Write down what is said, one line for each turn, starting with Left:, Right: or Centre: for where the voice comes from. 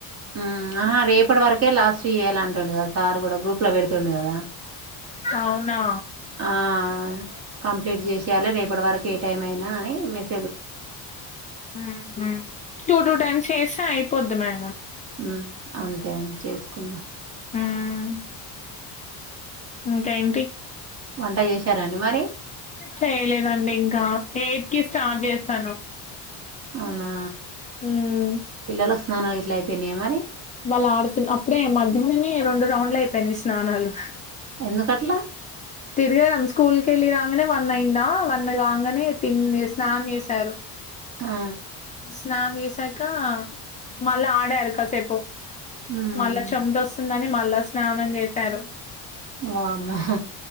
Right: ఆ ఆహా రేపటి వరకే లాస్ట్ చేయ్యాల అంటుండు కదా సార్ కూడా గ్రూప్ లో పెడుత తుండు కదా
Left: అవునా
Right: ఆ ఆ కంప్లీట్ చేసేయాలే రేపటి వరకు ఏ టైం అయినా అని మేస్
Left: మ్ మ్మ్ టూ టూ టైమ్స్ చేసా అయి పొద్ది మే
Right: మ్ అంతే చేసుకున్నా
Left: ఊమ్ ఇంకా ఏంటి
Right: వంట చేశారండి మరి
Left: చేయలేదండి ఇంకా ఎయిట్ కి స్టాప్ చేస్ తను
Right: అవునా
Left: ఊమ్
Right: పిల్లల స్ నాన్న ఇట్లా అయిపోయినాయ మరి
Left: బళ్ళ ఆడతునప్పుడే మధ్యాహ్నమే రెండు రౌండ్లు అయిపోయింది స్నానాలు
Right: ఎందుకట్లా
Left: తిరగడం స్కూల్ కి వెళ్ళి రా అనే వన్ అయింద వన్ కాగానే తిని స్నానం చేసారు
Right: ఆ
Left: స్నానం చేసాక కా మళ్ళ ఆడారు కాసేపు
Right: మ్మ్
Left: మళ్ళా చెమట వస్తుందని మళ్ళా స్నానం చేశారు
Right: వామ్మో